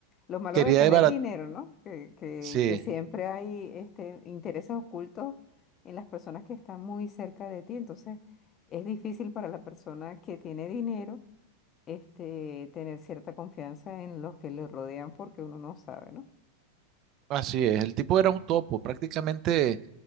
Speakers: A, on the left; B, on the right.
A: Lo malo
B: Quería
A: de tener
B: desbarat-
A: dinero, ¿no? Que, que,
B: Sí,
A: que siempre hay este, intereses ocultos en las personas que están muy cerca de ti. Entonces, es difícil para la persona que tiene dinero este, tener cierta confianza en los que le rodean porque uno no sabe, ¿no?
B: así es. El tipo era un topo. Prácticamente